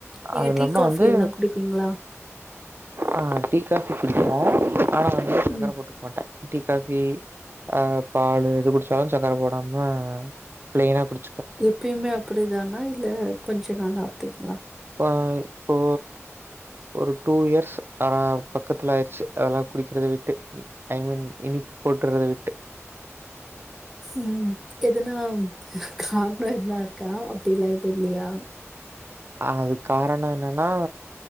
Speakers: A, in the centre; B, on the right.
A: நீங்க
B: அது இல்லாம
A: டீ காஃபி
B: வந்து
A: எல்லா குடிப்பீங்ளா
B: ஆ டீ காஃபி குடிக்ரோ ஆனா வந்து சக்கர
A: ம்.
B: போட்டுக்மாட்டே டீ காஃபி அ பாலு எது குடிச்சாலு சக்கர போடாம பிளைனா குடி
A: எப்பியுமே அப்டிதானா இல்ல கொஞ்ச நாளா அப்டிங்ளா
B: குவாய் போ ஒரு டூ இயர்ஸ் ஆ பக்கத்ல ஆயிருச்சி அதெல்லா குடிக்கறத விட்டு ஐ மீன் இன் நிப் போட்டறத விட்டு
A: ம் எதுனா காரணோ எதுனா இருக்கா அப்டிலா எது இல்லியா
B: அதுக் காரண என்னனா